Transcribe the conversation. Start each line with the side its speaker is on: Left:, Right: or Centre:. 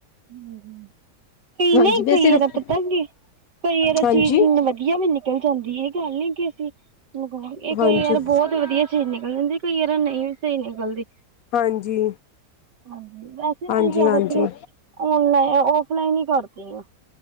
Right: ਹੂੰ, ਕੀ ਨਹੀਂ
Left: ਹਾਂਜੀ ਮੈਂ
Right: ਕੋਈਦਾ
Left: ਸਿਰਫ
Right: ਪਤਾ ਕਿ ਕਈ ਵੇਰਾ
Left: ਹਾਂਜੀ
Right: ਚੀਜ਼ ਵਧੀਆ ਵੀ ਨਿਕਲ ਜਾਂਦੀ ਏ, ਇਹ ਗੱਲ ਨੀ ਕਿ ਅਸੀਂ ਇਹ
Left: ਹਾਂਜੀ।
Right: ਕਈ ਵਾਰ ਬਹੁਤ ਵਧੀਆ ਚੀਜ਼ ਨਿਕਲ ਜਾਂਦੀ, ਕਈ ਵਾਰ ਨਹੀਂ ਵੀ ਸਹੀ ਨਿਕਲਦੀ।
Left: ਹਾਂਜੀ।
Right: ਹਾਂਜੀ, ਵੈਸੇ
Left: ਹਾਂਜੀ,
Right: ਮੈਂ ਜ਼ਿਆਦਾਤਰ
Left: ਹਾਂਜੀ,
Right: ਨਲਾਈਨ, ਔਫਲਾਈਨ ਹੀ ਕਰਦੀ ਹਾਂ।